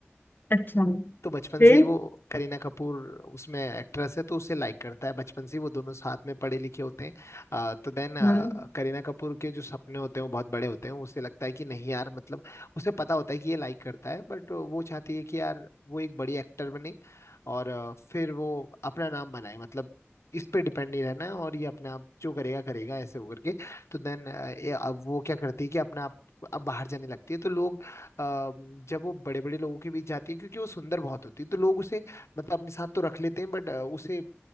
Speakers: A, on the left; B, on the left.
A: अच्छा
B: तो बचपन
A: फिर
B: से ही वो करीना कपूर उसमें एक्ट्रेस है तो उसे लाइक करता है बचपन से ही वो दोनों साथ में पढ़े लिखे होते हैं अ, तो देन
A: हम्म।
B: करीना कपूर के जो सपने होते हैं वो बहुत बड़े होते हैं उसे लगता है कि नहीं यार मतलब उसे पता होता है कि ये लाइक करता है बट वो चाहती है कि यार वो एक बड़ी एक्टर बने और अ, फिर वो अपना नाम बनाए मतलब इस पे डिपेंड नहीं रहना है और ये अपने आप जो करेगा करेगा ऐसे वो करके तो देन अब वो क्या करती है कि अपने आप अब बाहर जाने लगती है तो लोग अ, जब वो बड़े बड़े लोगों के बीच जाती है क्योंकि वो सुंदर बहुत होती है तो लोग उसे मतलब अपने साथ तो रख लेते हैं बट उसे